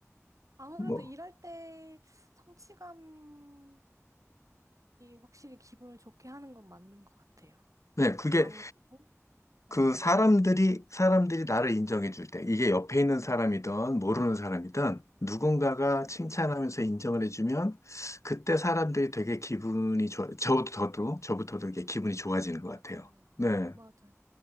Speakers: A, on the right; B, on the left.
A: 아무래도
B: 뭐
A: 일할 때 성취감이 확실히 기분을 좋게 하는 건 맞는 것 같아요.
B: 네, 그게
A: 아무래도.
B: 그
A: 네,
B: 사람들이,
A: 맞아요.
B: 사람들이 나를 인정해 줄 때, 이게 옆에 있는 사람이든 모르는 사람이든
A: 네,
B: 누군가가
A: 네,
B: 칭찬하면서 인정을 해주면 그때 사람들이 되게 기분이 좋아, 저터 저도, 저부터도 이게 기분이 좋아지는 것
A: 맞아요.
B: 같아요. 네,
A: 맞아요.